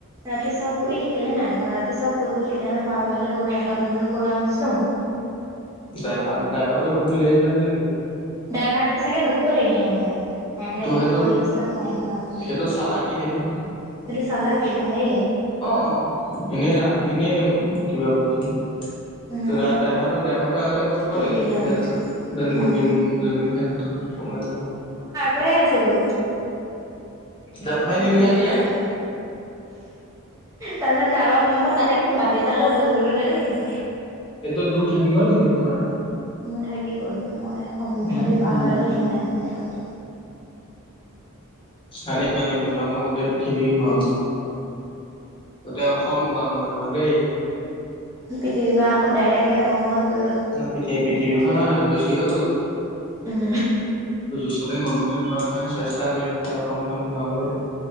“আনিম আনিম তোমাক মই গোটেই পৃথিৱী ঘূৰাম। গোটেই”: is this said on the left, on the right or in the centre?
Left